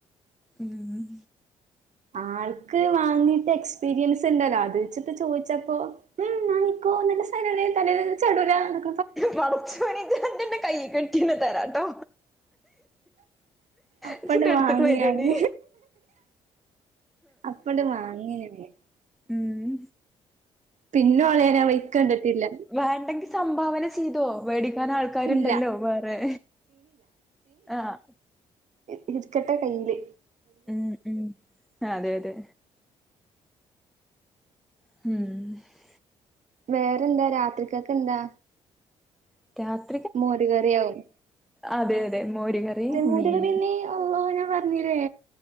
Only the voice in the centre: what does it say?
ഉം
പടച്ചോനെ ജ്ന്തിന്റെ കയ്യികെട്ടീന്ന് തരാട്ടോ.
ഇജ്ജിന്റെ അടുത്ത്ക്ക്
വരോടി
ഉം
വേണ്ടെങ്കിൽ സംഭാവന ചെയ്തോ മേടിക്കാൻ ആൾ കാര്ണ്ടല്ലോ
വേറെ ആഹ്.
ഉം ഉം അതെയതെ. ഉം..
<unintelligible>
അതെയതെ മോരുകറിയും
മീനും